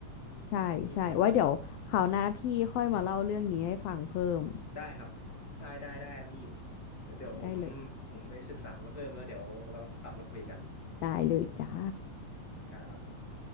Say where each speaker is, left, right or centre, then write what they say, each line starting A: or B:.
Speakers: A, on the left (about 85°); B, on the left (about 35°).
A: ใช่ใช่ไว้เดี๋ยวคราวหน้าพี่ค่อยมาเล่าเรื่องนี้ให้ฟังเพิ่ม
B: อืม ได้ครับ ได้ได้ได้ครับพี่ เดี๋ยวผม
A: ได้เลย
B: ผมไปศึกษามาเพิ่มแล้วเดี๋ยวเราขับมาคุยกัน
A: ได้เลยจ้า
B: ครับผม